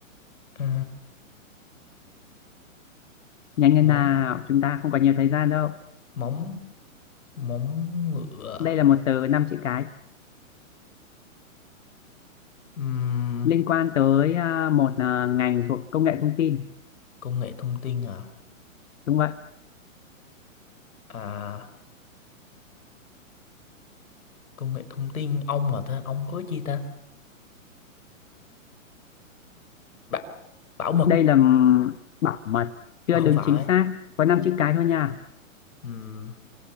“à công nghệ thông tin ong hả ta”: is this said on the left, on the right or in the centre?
Left